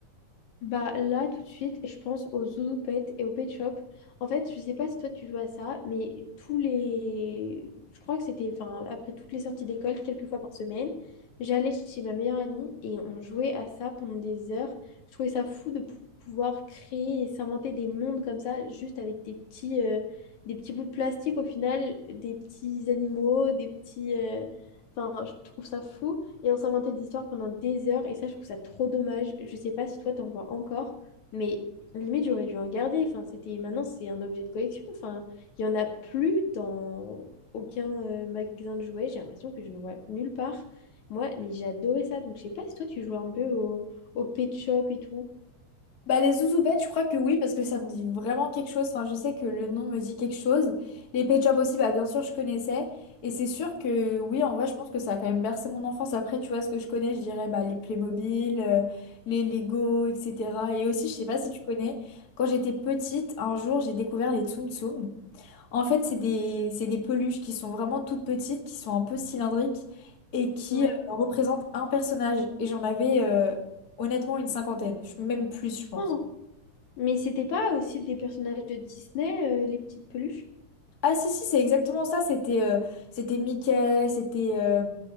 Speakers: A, on the left; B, on the left.
A: Bah là tout de suite, je pense aux zouzoupettes et aux pet shop. En fait, je sais pas si toi tu joues à ça, mais tous les, je crois que c'était, enfin après toutes les sorties d'école, quelques fois par semaine, j'allais chez ma meilleure amie et on jouait à ça pendant des heures. Je trouvais ça fou de pou- pouvoir créer et s'inventer des mondes comme ça, juste avec des petits, euh, des petits bouts de plastique au final, des petits animaux, des petits, euh, enfin je trouve ça fou. Et on s'inventait des histoires pendant des heures. Et ça, je trouve ça trop dommage. Je sais pas si toi, t'en vois encore. Mais limite, j'aurais dû en garder. Enfin, c'était... Maintenant, c'est un objet de collection. Enfin, il y en a plus dans aucun euh, magasin de jouets. J'ai l'impression que je ne vois nulle part. Moi, mais j'adorais ça. Donc, je sais pas si toi, tu jouais un peu au, au Pet Shop et tout.
B: Bah, les zouzoupettes, je crois que oui, parce que ça me dit vraiment quelque chose. Enfin, je sais que le nom me dit quelque chose. Les Pet Shop aussi, bah, bien sûr, je connaissais. Et c'est sûr que oui, en vrai, je pense que ça a quand même bercé mon enfance. Après, tu vois, ce que je connais, je dirais bah, les Playmobil, euh, les Lego, etc. Et aussi, je sais pas si tu connais, quand j'étais petite, un jour, j'ai découvert les Tsum Tsum. En fait, c'est des, c'est des peluches qui sont vraiment toutes petites, qui sont un peu cylindriques et qui
A: Ouais.
B: euh, représentent un personnage. Et j'en avais euh, honnêtement une cinquantaine, Je- même plus, je pense.
A: Oh, mais c'était pas aussi des personnages de Disney, euh, les petites peluches?
B: Ah si si c'est exactement ça c'était euh, c'était Mickey c'était euh,